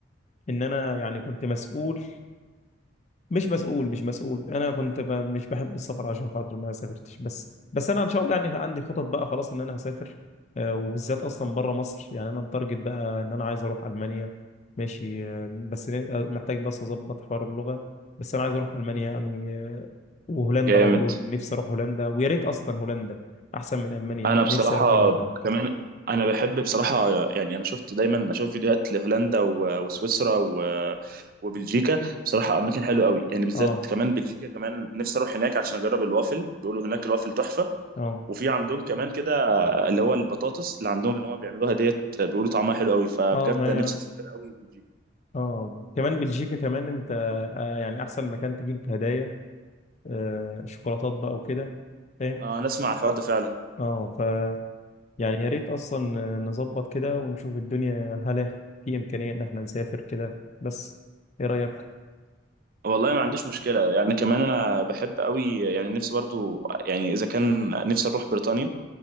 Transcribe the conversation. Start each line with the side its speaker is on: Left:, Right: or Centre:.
Left: ان انا يعني كنت مسؤول مش مسؤول مش مسؤول انا كنت ب... مش بحب السفر عشان خاطر ما سافرتش بس بس انا ان شاء الله يعني عندي خطط بقى خلاص ان انا هسافر آه، وبالذات اصلا بره مصر يعني انا متارجت بقى ان انا عايز اروح المانيا ماشي آه، بس ن- آه، محتاج بس اظبط حوار اللغه بس انا عايز اروح المانيا يعني آه، وهولندا
Right: جامد
Left: برضو نفسي اروح هولندا ويا ريت اصلا هولندا احسن من المانيا
Right: انا بصراحه
Left: نفسي اروح هولندا
Right: كمان انا بحب بصراحه يعني انا شفت دايما اشوف فيديوهات لهولندا و- وسويسرا و- وبلجيكا بصراحه اماكن حلوه قوي يعني بالذات
Left: اه
Right: كمان بلجيكا كمان نفسي اروح هناك عشان اجرب الوافل بيقولوا هناك الوافل تحفه
Left: اه
Right: وفي عندهم كمان كده اللي هو البطاطس اللي عندهم اللي هم بيعملوها ديت بيقولوا طعمها حلو قوي فبجد
Left: اه ما
Right: نفسي اسافر قوي بلجيكا.
Left: اه كمان بلجيكا كمان انت آه يعني احسن مكان تجيب هدايا آه، شوكولاتات بقى وكده فاهم
Right: اه انا اسمع الحوار ده فعلا
Left: اه ف يعني يا ريت اصلا آه، نظبط كده ونشوف الدنيا هل إح- في امكانيه ان احنا نسافر كده بس ايه رايك
Right: والله ما عنديش مشكله يعني كمان انا بحب قوي يعني نفسي برضو يعني اذا كان نفسي اروح بريطانيا